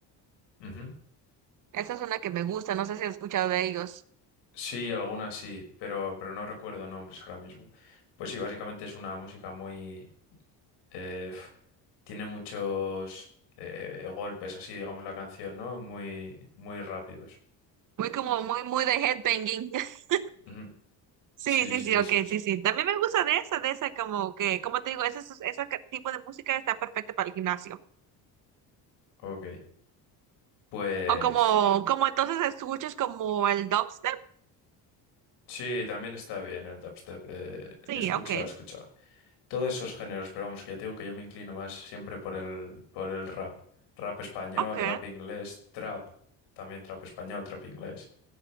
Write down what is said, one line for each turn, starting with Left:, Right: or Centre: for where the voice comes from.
Left: Ujú.
Right: Esa es una que me gusta, no sé si has escuchado de ellos.
Left: Sí, algunas sí, pero, pero no recuerdo nombres ahora mismo. Pues sí, básicamente es una música muy... Eh, f- tiene muchos eh, golpes, así digamos la canción, ¿no? Muy, muy rápidos.
Right: Muy como, muy, muy de headbanging. <laughs>
Left: Ujú.
Right: Sí,
Left: Sí,
Right: sí,
Left: sí,
Right: sí,
Left: eso
Right: ok,
Left: es.
Right: sí, sí. También me gusta de esa, de esa, como que, como te digo, ese, es- ese ca- tipo de música está perfecta para el gimnasio.
Left: Ok. Pues
Right: O como, como entonces escuchas como el dubstep.
Left: sí, también está bien el dubstep. Eh,
Right: Sí,
Left: he escuchado,
Right: ok,
Left: he escuchado. Todos esos géneros, pero vamos, que ya te digo que yo me inclino más siempre por el, por el rap. Rap español,
Right: ok.
Left: rap
Right: A
Left: inglés, trap. También trap español, trap inglés.